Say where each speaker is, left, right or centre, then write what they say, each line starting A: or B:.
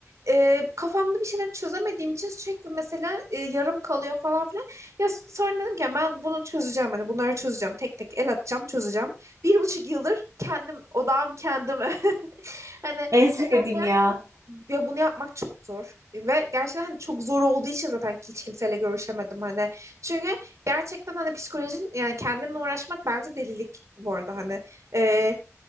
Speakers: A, on the right; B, on the right.
A: e, kafamda bir şeyler çözemediğim için sürekli mesela e, yarım kalıyor falan filan. Ya s- sonra dedim ki ben bunu çözeceğim hani bunları çözeceğim. Tek tek el atacağım, çözeceğim. Bir buçuk yıldır kendim odağım kendime. <laughs> Hani
B: En sevdiğim
A: şöyle
B: ya.
A: ya bunu yapmak çok zor ve gerçekten hani çok zor olduğu için zaten hiç kimseyle görüşemedim hani. Çünkü gerçekten hani psikolojin yani kendinle uğraşmak bence delilik bu arada hani. Ee,